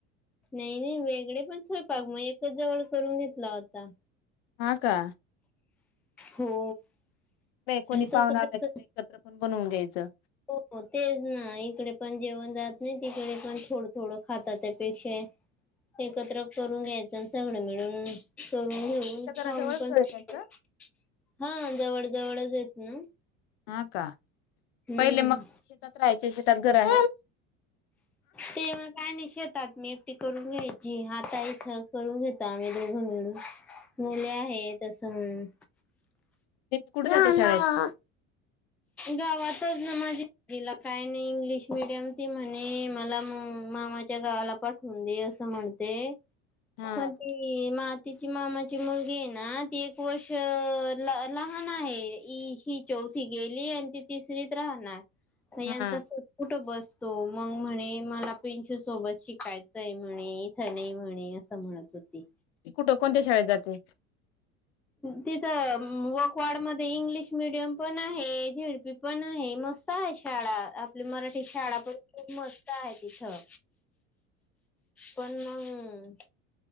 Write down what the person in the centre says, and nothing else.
नही नही वेगळे पण स्वयंपाक, मग एकच जवळ करून घेतला होता.
हो.
तस
कस
हो तेच ना, इकडे पण जेवण जात नही, तिकडे पण थोडं थोडं खातात त्यापेक्षा एकत्र करून न्यायचं सगळं मिळून करून घेऊ
खाऊन पण
<unintelligible>
हा जवळ जवळयत ना?
हम्म
ते मग काय नही शेतात मी एकटी करून घ्यायची, हाता इथं करून घेतो आम्ही दोघं मिळून. मुले आहे तसं मं
गावातच ना माझी. तिला काय न इंग्लिश मिडियम, ती म्हणे मला म मामाच्या गावाला पाठवून दे असं म्हणते,
पण ती मं तिची मामाची मुलगी ये ना, ती एक वर्ष अ ल लहान आहे इ हि चौथ थी गेली आणि ती तिसरीत राहणार, मं यांचा
कुठं बसतो, मग म्हणे मला प्रिंशू सोबत शिकायचंय म्हणे, इथं नही म्हणे अस. त म्हणत होती.
तिथं वकवाड मध्ये इंग्लिश मिडियम पण आहे, झेडपी पण आहे, मस्त आहे शाळा, आपली मराठी शाळा पण खूप मस त आहे तिथं, पण मंग